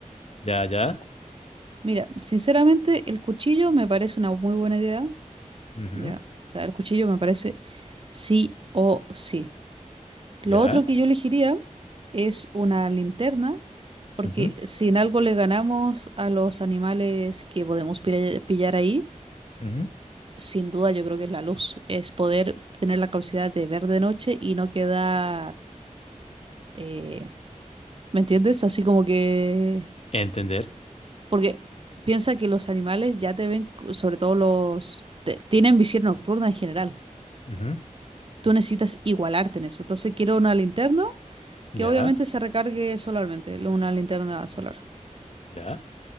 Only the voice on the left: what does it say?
ya, ya.
Ujú,
ya.
Ujú,
ujú,
Entender.
ujú.
Ya,
ya.